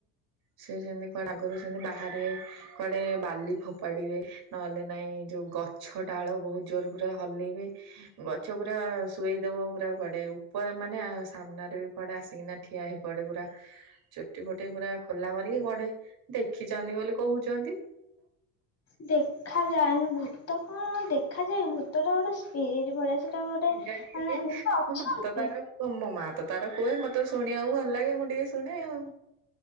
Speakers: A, on the right; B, on the left.
A: ସିଏ ସେମିତି କୁଆଡେ ଆଗରୁ ସେମିତି ବାହାରିବେ କୁଆଡେ ବାଲି ଫୋପାଡିବେ। ନହେଲେ ନାଇଁ ଯୋଉ ଗଛ ଡାଳ ବହୁତୁ ଜୋରେ ପୁରା ହଲେଇବେ ଗଛ ପୁରା ଶୁଆଇଦବ ପୁରା କୁଆଡେ ଉପରେ ମାନେ ସାମ୍ନାରେ ବି କୁଆଡେ ଆସିକିନା ଠିଆ ହେଇ ପଡେ ପୁରା। ଚୁଟି ଫୁଟି ପୁରା ଖୋଲା କରିକି କୁଆଡେ ଦେଖିଚନ୍ତି ବୋଲି କହୁଚନ୍ତି।
B: ଦେଖା ଯାଏନି ଭୂତ କଣ ଦେଖା ଯାଏ ଭୂତଟା ଗୋଟେ ସ୍ପିରିଟି ଭଳିଆ ସେ ସେଟା ଗୋଟେ ମାନେ
A: କେଜାଣି
B: ଭୁଟ ଅଛନ୍ତି।
A: ମୋ ମା ତାର ତ ମୋ ମା ତ ତାର କୁହେ ମତେ ଶୁଣିବାକୁ ଭଲ ଲାଗେ ମୁଁ ଟିକେ ଶୁଣେ ଆଉ।